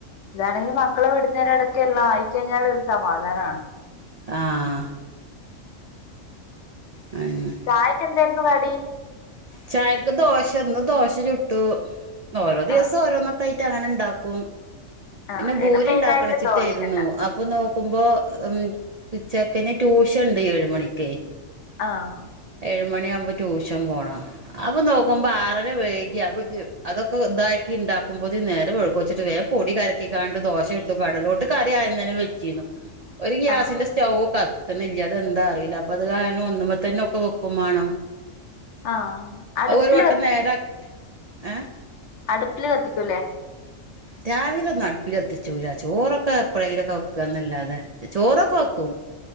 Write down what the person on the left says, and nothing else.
ഇതാണെങ്കി മക്കളെ വിടുന്നേനെടക്ക് എല്ലാ ആയി കഴിഞ്ഞാലൊര് സമാധാനാണ്.
ചായക്ക് എന്തായിരുന്നു കടി
ആഹ്
ആഹ്
ഇവിടെ
മെയിനായിട്ട്
ദോശ തന്നെ
ആഹ്
ആഹ്
ആഹ് അടുപ്പില്
അട്പ്പില് കത്തിക്കൂലേ